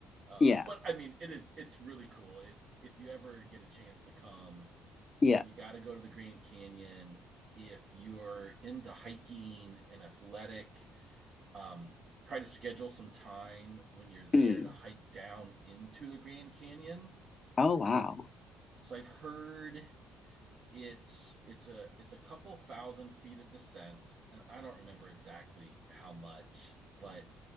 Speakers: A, on the right; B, on the left.
A: Uh,
B: Yeah.
A: but I mean, it is, it's really cool. If if you ever get a chance to come,
B: Yeah.
A: you got to go to the Grand Canyon. If you're into hiking and athletic, um, try to schedule some time when you're there
B: Mm.
A: to hike down into the Grand Canyon.
B: Oh wow.
A: So I've heard it's it's a it's a couple thousand feet of descent, and I don't remember exactly how much, but